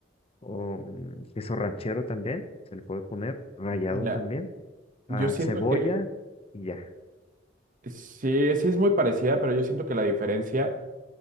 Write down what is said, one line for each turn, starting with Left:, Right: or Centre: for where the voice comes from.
Left: o mm, queso ranchero también, se le puede poner, rallado
Right: ya
Left: también, ah,
Right: yo siento
Left: cebolla
Right: que
Left: y ya.
Right: sí, sí es muy parecida, pero yo siento que la diferencia